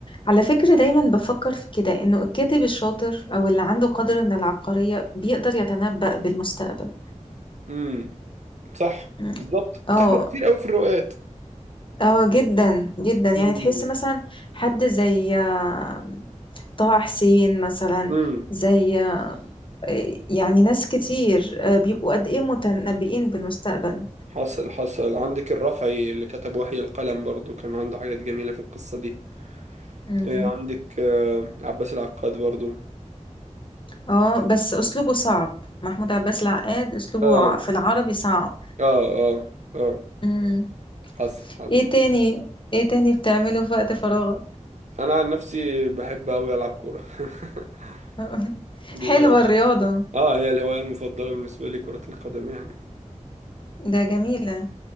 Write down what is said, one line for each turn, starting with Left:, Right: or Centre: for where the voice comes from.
Left: على فكرة دايما بفكر في كده إنه الكاتب الشاطر أو اللي عنده قدر من العبقرية بيقدر يتنبأ بالمستقبل
Right: امم صح
Left: م.
Right: بالظبط
Left: اه
Right: بتحصل كتير قوي في الروايات
Left: اه جدا جدا يعني
Right: امم
Left: تحس مثلا حد زي آه، طه حسين مثلا
Right: امم
Left: زي آه، يعني ناس كتير آه، بيبقوا قد إيه متنبئين بالمستقبل
Right: حصل حصل عندك الرافعي اللي كتب وحي القلم برضو كان عنده حاجات جميلة في القصة دي
Left: مم.
Right: آه، عندك آه، عباس العقاد برضو
Left: اه بس أسلوبه صعب محمود عباس العقاد أسلوبه
Right: اه
Left: ع- في العربي صعب
Right: اه اه اه
Left: مم.
Right: حصل حصل
Left: ايه تاني ايه تاني بتعمله في وقت فراغك
Right: انا عن نفسي بحب اوي العب كورة <laughs>
Left: <laughs>
Right: دي
Left: حلوة
Right: الهواية
Left: الرياضة
Right: اه هي الهواية المفضلة بالنسبة لي كرة القدم يعني
Left: ده جميلة